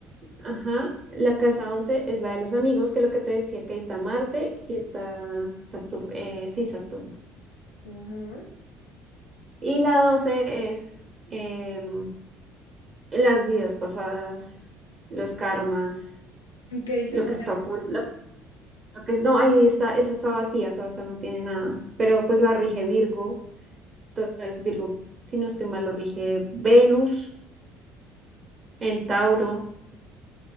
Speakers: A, on the right (about 40°); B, on the left (about 80°).
A: ajá, la casa 11 es la de los amigos, que es lo que te decía, que está Marte y está Saturno, eh, sí, Saturno.
B: ajá.
A: Y la 12 es... em, las vidas pasadas, los karmas,
B: ¿Y ¿Qué dices?
A: lo que está oculto, lo, lo que es, no, ahí está, esa está vacía, o sea, esa no tiene nada, pero pues la rige Virgo, entonces Virgo, si no estoy mal, lo rige Venus en Tauro,